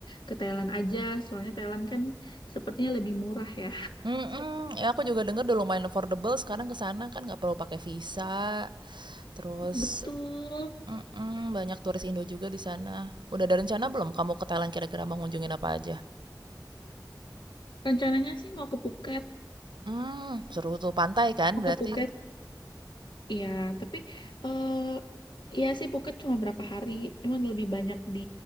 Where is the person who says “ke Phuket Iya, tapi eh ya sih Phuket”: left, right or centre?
Left